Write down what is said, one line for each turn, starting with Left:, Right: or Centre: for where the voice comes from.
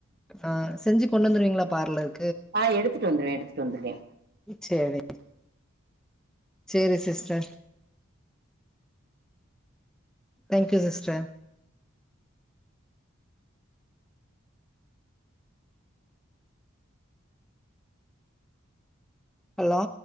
Centre: ஆ செஞ்சு கொண் வந்துருவீங்களா பார்லர்
Right: ஆ எடுத்துட்டு வந்துருவே எடுத்துட்டு வந்துருவே
Centre: சேர்ரா சேரி சிஸ்டர் தேங்க்யூ சிஸ்டர் ஹலோ